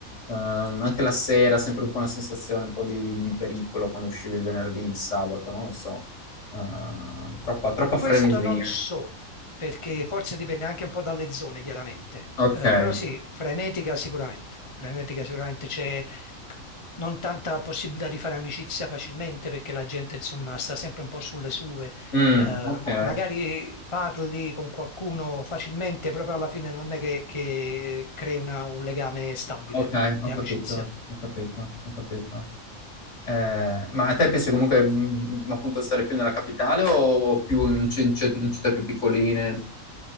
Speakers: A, on the left; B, on the left.
A: ehm, anche la sera sempre un po' una sensazione un po' di, di- di pericolo quando uscivi il venerdì, il sabato, non lo so, Eh, troppa, troppa frenesia.
B: Questo non so, perché forse dipende anche un po' dalle zone, chiaramente.
A: Ok,
B: Eh,
A: eh,
B: però sì, frenetica sicuramente. Frenetica sicuramente c'è non tanta possibilità di fare amicizia facilmente perché la gente, insomma, sta sempre un po' sulle sue.
A: mm,
B: Eh,
A: ok,
B: magari parli con qualcuno facilmente, proprio alla fine non è che, che crei una- un legame stabile
A: ok, ho
B: di
A: capito,
B: amicizia.
A: ho capito, ho capito. Ehm, ma a te piace comunque, mhmm, appunto stare più nella capitale o o più in cin ce in città più piccoline?